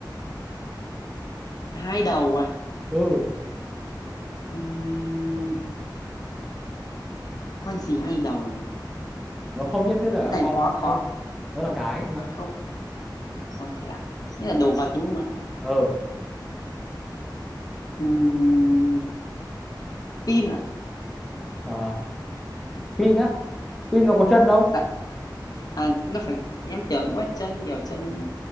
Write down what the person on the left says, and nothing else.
hai đầu à
Ừm, con gì hai đầu ấy?
cái này
khó khó
không
không ồ thế à nghĩa là đồ vật đúng không ạ
Ừm, pin à
tại à nó phải em tưởng quá chân nhiều chân